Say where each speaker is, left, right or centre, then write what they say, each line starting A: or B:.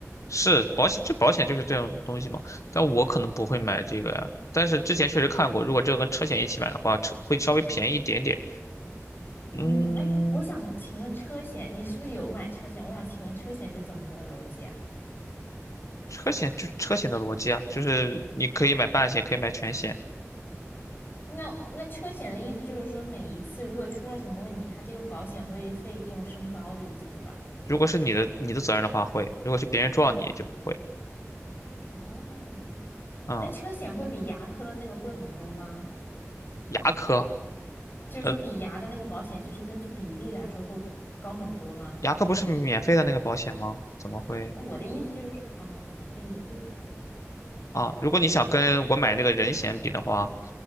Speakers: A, on the left (about 75°); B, on the left (about 45°).
A: 是保险，就保险就是这种东西嘛。但我可能不会买这个呀。但是之前确实看过，如果这个跟车险一起买的话，车会稍微便宜一点点。嗯，
B: 嗯，哎，我想请问车险，你是不是有买车险？我想请问车险是怎么个逻辑啊？
A: 车险就是车险的逻辑啊，就是你可以买半险，可以买全险。
B: 那那车险的意思就是说，每一次如果出了什么问题，它这个保险会费用升高的意思，对吧？
A: 如果是你的你的责任的话会，如果是别人撞你就不会。
B: 哦，
A: 嗯，
B: 那车险会比牙科的那个贵很多吗？
A: 牙科。
B: 就是说，
A: 呃
B: 比牙的那个保险，就是根据比例来说会高很多吗？
A: 牙科不是免费的那个保险吗？怎么会
B: 那我的意思就是说，哦，哎，也对，
A: 啊？如果你想跟我买那个人险比的话，